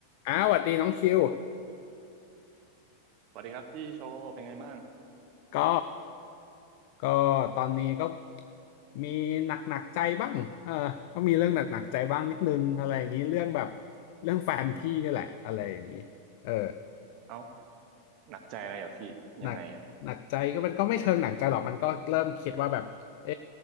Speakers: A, on the left; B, on the right.
A: อ้าวสวัสดีน้องคิว
B: สวัสดีครับพี่โชว์เป็นไงบ้าง
A: ก็ก็ตอนนี้ก็มีหนักหนักใจบ้างเออก็มีเรื่องหนักหนักใจบ้างนิดนึงอะไรอย่างนี้เรื่องแบบเรื่องแฟนพี่นี่แหละอะไรอย่างนี้เออ
B: เอ้าหนักใจอะไรเหรอพี่ยังไงอ่ะ
A: หนักหนักใจก็มันก็ไม่เชิงหนักใจหรอกมันก็เริ่มคิดว่าแบบเอ